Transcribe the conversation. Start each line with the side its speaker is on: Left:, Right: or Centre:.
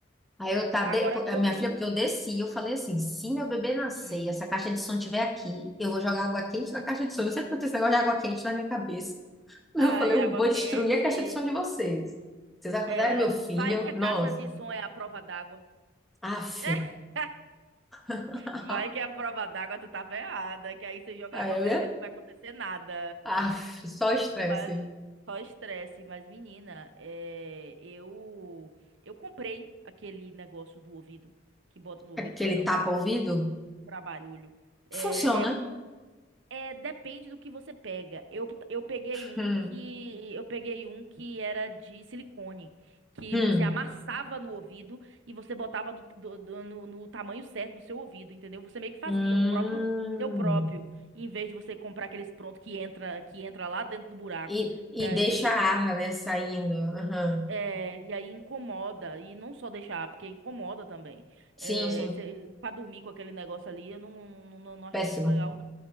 Centre: Aí eu tá,
Right: agora
Centre: de- a
Right: quando
Centre: minha filha, porque eu desci, eu falei assim, se meu bebê nascer,
Right: Hum.
Centre: e essa caixa de som tiver aqui, eu vou jogar água quente na caixa de som. Eu sempre que eu tenho esse negócio de água quente na minha cabeça. <laughs> Eu
Right: ah
Centre: falei,
Right: e água
Centre: eu vou
Right: quente.
Centre: destruir a caixa de som de vocês. Vocês acordaram
Right: É, aí
Centre: meu filho?
Right: vai que a
Centre: Nossa.
Right: caixa de som é a prova d'água.
Centre: Af.
Right: <laughs>
Centre: <laughs>
Right: Vai que é a prova d'água, tu tá ferrada, que aí você joga
Centre: Aí
Right: água
Centre: eu
Right: fervendo,
Centre: ia,
Right: não vai acontecer nada.
Centre: af, só estresse.
Right: Mas só estresse. Mas, menina, é, eu eu comprei aquele negócio do ouvido que bota no ouvido
Centre: Aquele
Right: pra tampar
Centre: tapa-ouvido?
Right: o ouvido, pra barulho. É,
Centre: Funciona.
Right: é É, depende do que você pega. Eu, eu peguei um
Centre: Hum,
Right: que eu peguei um que era de silicone, que
Centre: hum,
Right: você amassava no ouvido e você botava do- do- do- no, no tamanho certo do seu ouvido, entendeu? Você meio que fazia
Centre: hum.
Right: o próprio teu próprio, em vez de você comprar aqueles pronto que entra que entra lá dentro do buraco,
Centre: E, e
Right: que aí
Centre: deixa a
Right: que-
Centre: arra, né, saindo. Aham.
Right: é, e aí incomoda e não só deixar, porque incomoda também.
Centre: Sim,
Right: É,
Centre: sim.
Right: você- pra dormir com aquele negócio ali, eu não, não, não, não acho
Centre: Péssimo.
Right: muito legal,